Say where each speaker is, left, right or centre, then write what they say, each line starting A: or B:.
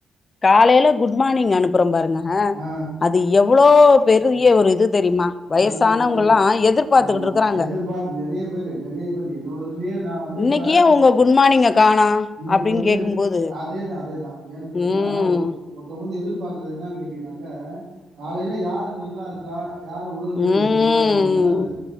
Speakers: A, on the left (about 30°); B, on the right (about 70°).
A: காலைல குட் மார்னிங் அனுப்புறோ பாருங்க
B: ஆ
A: அது எவ்ளோ பெரிய ஒரு இது தெரிமா வயசானவங்கல்லா
B: நல்லது நல்லது
A: எதிர்பாத்துட்டு
B: ஆமா
A: இருக்குறாங்க
B: எதிர்பார்த்து நெறைய பேரு நெறைய பேரு என்னோட இதுலயே நா வந்து
A: இன்னைக்கு
B: இப்ப
A: ஏ உங்க குட் மார்னிங்க காணோ
B: இன்னக்கி
A: அப்டின்னு
B: வந்து
A: கேக்கும்போது
B: அதேதா அதேதா ஏன்னு கேட்டீங்கன்னா
A: ம்
B: ஒருத்தோங்க வந்து எதிர்பாக்குறது என்னனு கேட்டிங்கன்னாக்க காலைல யாரு நல்லாருக்கா யாரு உடல் நிலை
A: ம்
B: சரியில்லாம இருக்காங்கனு அந்த